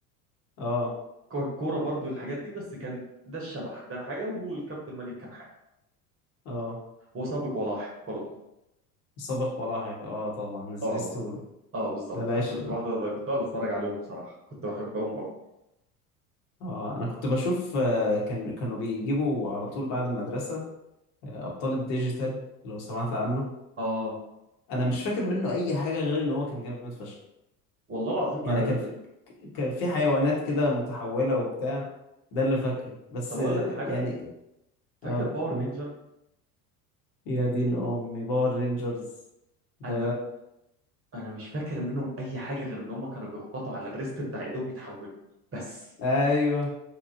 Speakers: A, on the left; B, on the right.
A: اه
B: كان كوره برضو والحاجات دي بس كان ده الشبح ده حاجه والكابتن ماجد كان حاجه
A: اه
B: وسابق ولاحق برضو
A: صابغ ولاحق اه طبعا سبيستون
B: اه اه بالظبط
A: ده العشق
B: فكنت
A: ده
B: بقعد كنت بقعد اتفرج عليهم بصراحه كنت بحبهم قوي
A: اه انا كنت بشوف آه، كان كانوا بيجيبوا على طول بعد المدرسة آه، ابطال الديجيتال لو سمعت عنه
B: اه
A: انا مش فاكر منه اي حاجة غير ان هو كان جامد فشخ
B: والله العظيم
A: يعني
B: آه،
A: كان في كان في حيوانات كده متحولة وبتاع ده اللي فاكره بس
B: طب اقول
A: آه،
B: لك حاجه
A: يعني
B: فاكر
A: اه
B: باور
A: قول
B: نينجر
A: يا دين امي باور رينجرز ده
B: انا انا مش فاكر منهم اي حاجه غير ان هم كانوا بيخبطوا على الريست بتاع ايدهم يتحولوا بس
A: ايوه